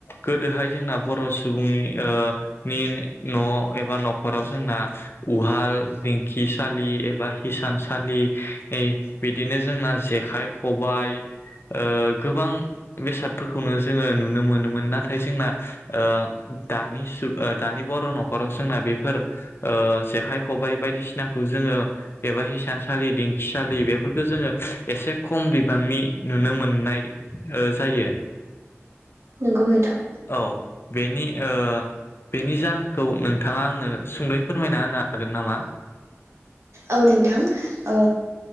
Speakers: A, on the left (about 50°); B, on the right (about 65°).
A: गोदोहाय जोंना बर' सुबुंनि ओ नि न' एबा न'खराव जोंना उहाल दिंखिसालि एबा हिसानसालि बिदिनो जोंना जेखाइ खबाइओ गोबां बेसादफोरखौनो जोङो नुनो मोनोमोन नाथाय जोंना ओ दानि सु ओ दानि बर' न'खराव जोंना बेफोर ओ जेखाइ खबाइ बायदिसिनाखौ जोङो एबा हिसानसालि दिंखिसालि बेफोरखौ जोङो एसे खम बिबांनि नुनो मोननाय ओ जायो।
B: नंगौ नोंथां
A: औ बेनि ओ बेनि जाहोनखौ नोंथाङा आंनो सुंदै फोरमायना होनो हागोन नामा?
B: औ नोंथां ओ